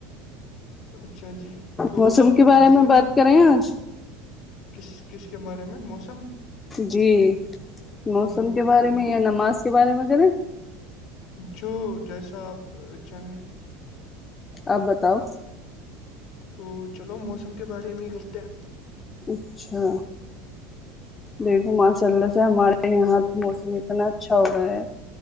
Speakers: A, on the left; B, on the left.
A: اچھا جی تو
B: موسم
A: آپ
B: کے بارے
A: مسلم
B: میں بات
A: ہیں
B: کریں آج
A: کس کس کے بارے میں موسم
B: جی موسم
A: ضرور
B: کے بارے
A: بالکل
B: میں یا نماز کے بارے میں کریں
A: جو جیسا آپ چاہیں
B: آپ بتاؤ
A: تو چلو موسم کے بارے میں ہی کرتا ہیں
B: اچھا دیکھو ماشاء اللہ سے ہمارے یہاں موسم اتنا اچھا ہو رہا ہے